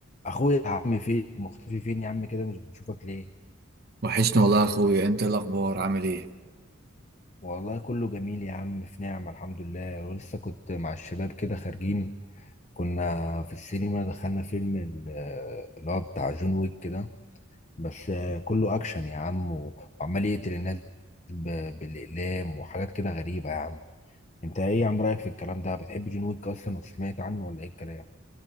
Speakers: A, on the left; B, on the right.
A: اخويا يا عم فين مختفي فين يا عم كده مش بنشوفك ليه
B: وحشني والله يا اخويا انت إيه الاخبار عامل ايه
A: والله كله جميل يا عم في نعمة الحمد لله ولسه كنت مع الشباب كده خارجين كنا في السينما دخلنا فيلم ال- آه، اللي هو بتاع جون ويك كده بس كله اكشن يا عم وعمال يقتل الناس ب- بالاقلام وحاجات كده غريبة يا عم انت ايه يا عم رايك في الكلام ده بتحب جون ويك اصلا وسمعت عنه ولا ايه الكلام